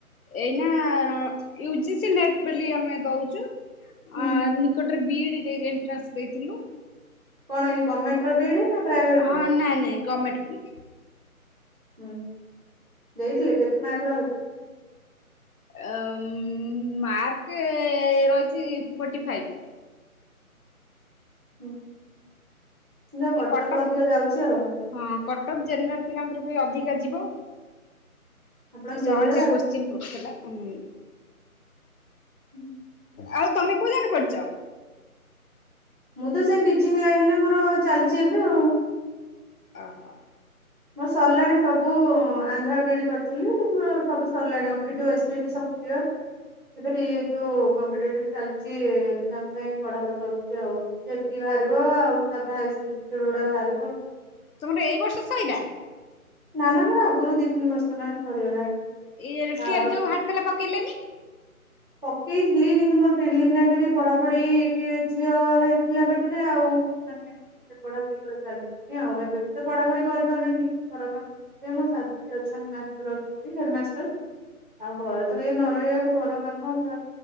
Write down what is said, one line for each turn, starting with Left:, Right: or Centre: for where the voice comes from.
Left: ଏନା um U G C NET ବୋଲି ଅମେ ଦଉଚୁ ଆ
Right: ହୁଁ ହୁଁ।
Left: ଗୋଟେରେ ବିଇଡି ଯ ଏଣ୍ଟ୍ରାନ୍ସ ଦେଇଥିଲୁ।
Right: କଣ ଏଇ ଗଭର୍ମେଟର ବିଡି ନା ପ୍ରାଇଭେଟ
Left: ହଁ
Right: ର?
Left: ନାଇଁ ନାଇଁ ଗଭର୍ଣମେଣ୍ଟ ବି
Right: ହୁଁ ଦେଇଥିଲେ କେତେ ମାର୍କ ରହି
Left: ଆ ଉମ ମାର୍କ ରହିଛି ଫୋର୍ଟି ଫାଇଭ୍।
Right: ହୁଁ ସେ
Left: ଏ
Right: କଟଅପ୍
Left: କଟକ
Right: ଅଧିକ ଯାଉଛି ଆଉ।
Left: ହଁ କଟଅକ୍ ଜେନେରାଲ ପିଲାଙ୍କର ବି ଅଧିକା ଯିବ
Right: ଆପଣ
Left: ସହଜିଆ
Right: ଜେନେରାଲ?
Left: କୋତ୍ସି ଚିନ୍ ପଡ଼ଥିଲାଁ ଉମ।
Right: ହୁଁ
Left: ଆଉ ତମେ କୋଉ ଜାକେ ପଢ଼ିଚ?
Right: ମୁଁ ତ ସେଇ ଟିଚିଂ ଲାଇନରେ ମୋର ଆଉ ଚାଲିଛି ଏବେ ଆଉ।
Left: ଆ ହ।
Right: ମୋର ସରିଲାଣି ସବୁ ଆନ୍ଧ୍ର ବିିଡି କରିଥିଲି ସବୁ ସରିଲାଣି ଓଟିଇଟି ଓଏସପିଟି ସବ କ୍ଲିୟର ଏବେ ଟିକ ଯୋଉ କମ୍ପିଟିଭ ଚାଲିଛି ଏକ୍ସାମ ପାଇଁ ପଢାପଢି କରୁଛି ଆଉ। ଏଟୀ ବାହାରିବ ଆଉ ତାପରେ ହାଇସ୍କୁଲ ଟିଚର ଗୁଡା ବାହାରିବ।
Left: ତମର ଏଇ ବର୍ଷ ସଇିଲା।
Right: ନା ନା ମୋର ଆଗରୁ ଦି ତିନି ବର୍ଷ ହେଲାଣି ସରିଗଲାଣି।
Left: ଏଇ ଇୟର <unintelligible>
Right: ବାହାଘର
Left: ଯୋଉ ବାହାରିଥିଲା ପକେଇଲେନି।
Right: ପକେଇଥିଲି କିନ୍ତୁ ମୋର ପ୍ରିଲିମନାରି ଟା ପଢାପଢି ଟିକେ ଝିଅ ହେଇଥିଲା ପେଟରେ ଆଉ
Left: <inaudible>
Right: ସେ ପଢା ପଢି କରିପାରୁନି ଆଉ ଏବେ ବି ତ ପଢା ପଢି କରିପାରୁନି ଠିକ ସେ ଘରର ଏ ମୋ ଶାଶୁ ଯିଏ ଅଛନ୍ତି ମାଷ୍ଟର ଅଛନ୍ତି ହେଡମାଷ୍ଟର। ଆଉ ଘରେ ତ କେହି ନ ରହିବାକୁ ଘର କାମ <unintelligible>